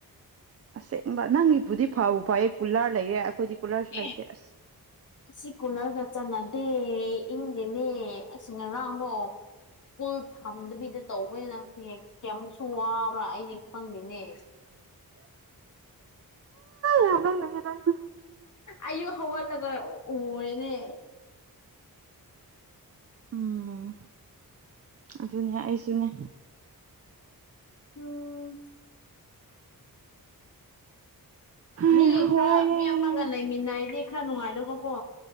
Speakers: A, on the right; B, on the left.
A: ꯑꯁꯦꯡꯕ ꯅꯪꯒꯤꯕꯨꯗꯤ ꯐꯕ ꯐꯥꯏꯌꯦ ꯀꯨꯜꯂꯥꯔ ꯂꯩꯌꯦ ꯑꯩꯈꯣꯏꯗꯤ ꯀꯨꯂꯔꯁꯨ ꯂꯩꯇꯦ
B: ꯑꯦ
A: ꯑꯁ
B: ꯁꯤ ꯀꯨꯂꯔꯒ ꯆꯥꯟꯅꯗꯦ ꯏꯪꯗꯤ ꯅꯦ ꯑꯁ ꯉꯔꯥꯡꯗꯣ ꯁ꯭ꯀꯨꯜ ꯊꯝꯗꯕꯤꯗ ꯇꯧꯕꯅꯤꯅ ꯍꯦꯦ ꯀꯌꯥꯃꯨꯛꯁꯨ ꯋꯥꯕ꯭ꯔꯥ ꯑꯩꯗꯤ ꯈꯪꯗꯦꯅꯦ
A: ꯌꯥꯝ ꯅꯣꯛꯅꯤꯡꯉꯦ ꯅꯪꯁꯨ
B: ꯑꯌꯨꯛ ꯍꯧꯒꯠꯂꯒ ꯎꯔꯤꯅꯦ
A: ꯎꯝ ꯑꯗꯨꯅꯦ ꯑꯩꯁꯨꯅꯦ
B: ꯎꯝ
A: ꯍꯩ
B: ꯃꯤ
A: ꯋꯥꯏꯌꯦ
B: ꯈꯔ ꯃꯤ ꯑꯃꯒ ꯂꯩꯃꯤꯟꯅꯔꯗꯤ ꯈꯔ ꯅꯨꯡꯉꯥꯏꯗꯧꯕꯀꯣ